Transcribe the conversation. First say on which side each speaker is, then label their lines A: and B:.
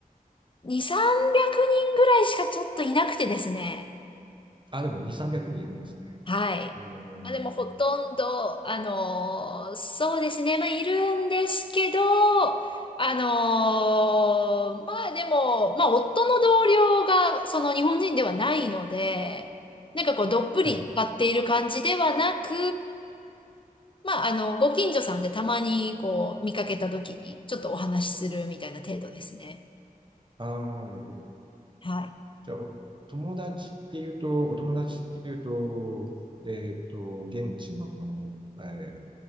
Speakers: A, on the left (about 35°); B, on the right (about 30°).
A: 2、300人ぐらいしかちょっといなくてですね。
B: あ、でも2、300人いるんですね。
A: はい。
B: えー、
A: まあ、でもほとんど、あのーそうですね。まあ、いるんですけど、あのーまあでも、まあ、夫の同僚が、その日本人ではないので、なんかこう、どっぷり使っている感じではなく、
B: はい。
A: まあ、あの、ご近所さんでたまにこう、見かけた時に、ちょっとお話しするみたいな程度ですね。
B: ああ、なるほど。
A: はい。
B: じゃあ、お友達っていうと、お友達っていうと、えっと、現地の、えー